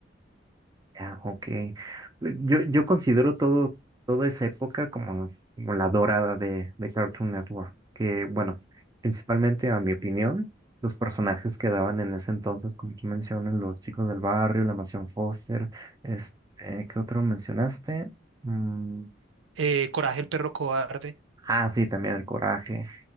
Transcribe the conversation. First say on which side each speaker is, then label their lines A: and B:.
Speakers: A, on the right; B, on the right.
A: ya, ok. Yo, yo considero todo, toda esa época como, como la dorada de, de Cartoon Network, que bueno, principalmente a mi opinión, los personajes que daban en ese entonces, como tú mencionas, los chicos del barrio, la mansión Foster, este, ¿qué otro mencionaste? Mm,
B: eh, Coraje el perro cobarde.
A: ah, sí, también el coraje.